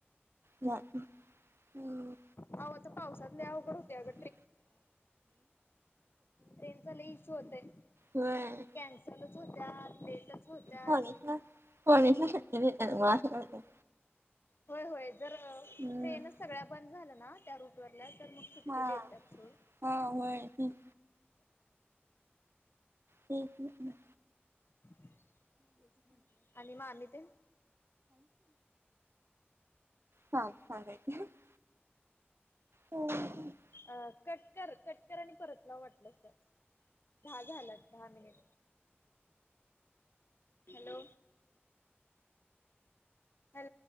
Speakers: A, on the right; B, on the left.
A: नाही हम्म
B: अहो आता पावसात लय अवघड होतंय अग
A: ह <unintelligible> <unintelligible> <inaudible> <inaudible> <inaudible>
B: ट्रेनचा लय इश्यू होतंय
A: होय
B: कॅन्सलच होत्यात लेटच होत्यात
A: कॉलेज ला कॉलेज ल सूट <unintelligible> <inaudible> घेतात मग असं करतात
B: होय होय जर
A: हम्म
B: ट्रेनच सगळ्या बंद झालं ना त्या रूट वल्या तर मग सुट्टी
A: हा
B: देतात सोड
A: हा होय तेच तेच ना
B: तेच म्हटलं आणि मग आम्ही ते
A: चाल चाले <inaudible> <unintelligible> <unintelligible>
B: अ कटकर कटकर आणि परतलाव वाटल्यास तर दहा झालात दहा मिनिट हॅलो हॅलो